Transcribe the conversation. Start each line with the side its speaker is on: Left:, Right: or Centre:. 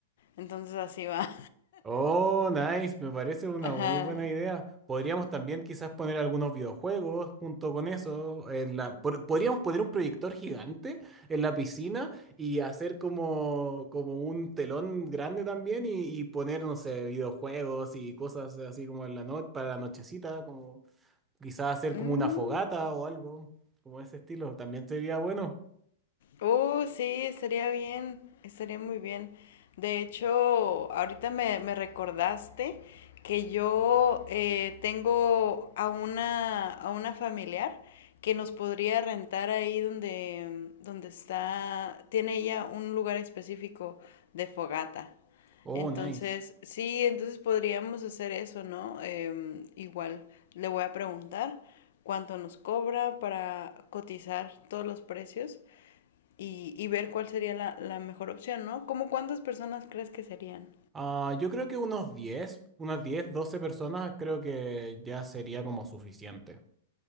Left: Entonces así va.
Right: Oh, nice, me parece una
Left: <laughs> Ajá.
Right: muy buena idea. Podríamos también quizás poner algunos videojuegos junto con eso. En la, por- podríamos poner un proyector gigante en la piscina y hacer como, como un telón grande también y, y poner, no sé, videojuegos y cosas así como en la noche, para la nochecita, como quizás hacer
Left: Mm.
Right: como una fogata o algo, como ese estilo. También sería bueno.
Left: Uh, sí, estaría bien, estaría muy bien. De hecho, ahorita me, me recordaste que yo eh, tengo a una, a una familiar que nos podría rentar ahí donde, donde está, tiene ella un lugar específico de fogata.
Right: Oh,
Left: Entonces,
Right: nice.
Left: sí, entonces podríamos hacer eso, ¿no? Em, igual le voy a preguntar cuánto nos cobra para cotizar todos los precios y, y ver cuál sería la, la mejor opción, ¿no? ¿Cómo cuántas personas crees que serían?
Right: Ah, yo creo que unos diez unas diez doce personas creo que ya sería como suficiente.